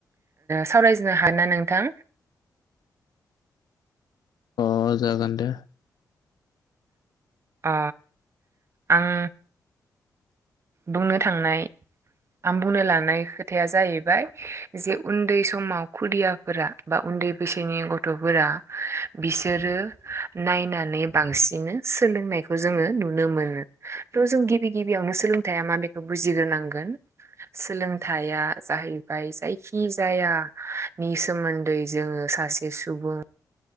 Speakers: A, on the right; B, on the left.
A: सावरायजनो हायो ना नोंथां?
B: अ जागोन दे।
A: अ आं बुंनो थांनाय आं बुंनो लानाय खोथाया जाहैबाय जे उन्दै समाव खुदियाफोरा बा उन्दै बैसोनि गथ'फोरा बिसोरो नायनानै बांसिन सोलोंनायखौ जोङो नुनो मोनो थह जों गिबि गिबियावनो सोलों थायाइा मा बेखौ बुजिग्रोनांगोन। सोलोंथाइया जाहैबाय जायखि जायाानि सोमोन्दै जोङो सासे सुबुं